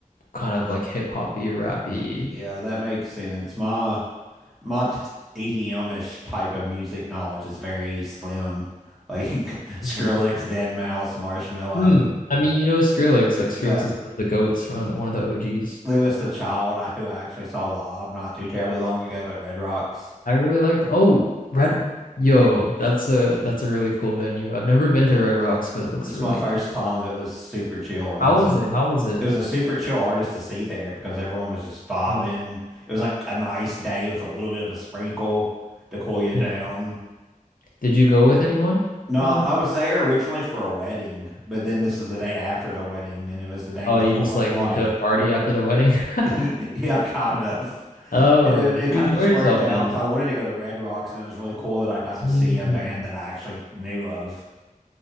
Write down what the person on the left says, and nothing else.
kind of like hip hoppy, rappy.
Mhm.
Mm. I mean, you know Skrillex, like Skrillex
is one of the goats, one of the, one of the OGs.
I really liked. Oh, Red. Yo, that's a that's a really cool venue. I've never been to Red Rocks, but it looks
really.
How
was
it? How was it?
Mm.
Mm.
Did you go with anyone
on
that?
Oh,
you just
like
went to a party after the wedding?
<laughs>
Oh,
did
you
enjoy
yourself
then?
Mm.